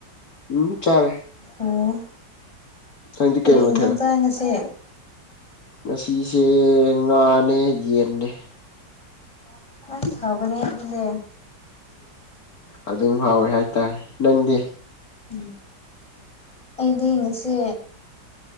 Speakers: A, on the left; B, on the left.
A: ꯎꯝ ꯆꯥꯔꯦ
B: ꯑꯣ
A: ꯅꯪꯗꯤ
B: ꯀꯔꯤ
A: ꯀꯩ
B: ꯏꯡꯖꯥꯡ
A: ꯃꯊꯦꯜ
B: ꯆꯥꯏ ꯉꯥꯁꯤ
A: ꯉꯁꯤꯁꯦ ꯉꯥꯅꯦ ꯌꯦꯟꯅꯦ
B: <unintelligible> ꯑꯁ ꯍꯥꯎꯕꯅꯦ ꯑꯗꯨꯗꯤ
A: ꯑꯗꯨꯝ ꯍꯥꯎꯋꯦ ꯍꯥꯏꯇꯥꯔꯦ ꯅꯪꯗꯤ
B: ꯎꯝ ꯑꯩꯗꯤ ꯉꯁꯤ